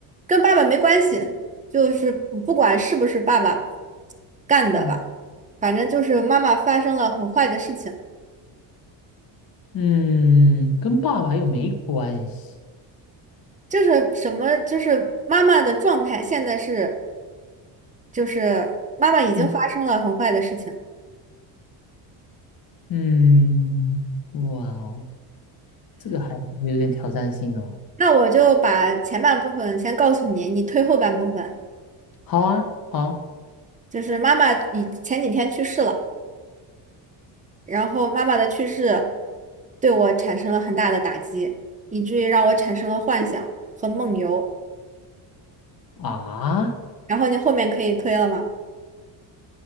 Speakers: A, on the right (about 15°); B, on the left (about 45°).
A: 跟爸爸没关系，就是不不管是不是爸爸干的吧，
B: 嗯
A: 反正就是妈妈发生了很坏的事情，
B: 嗯，跟爸爸又没关系。
A: 就是什么，就是妈妈的状态现在是，就是妈妈已经发生了很坏的事情。
B: 嗯嗯，哇哦，这个还有点挑战性哦。
A: 那我就把前半部分先告诉你，你推后半部分。
B: 好啊，好
A: 就是妈妈以前几天去世了，然后妈妈的去世对我产生了很大的打击，以至于让我产生了幻想和梦游。
B: 啊，
A: 然后你后面可以推了吗？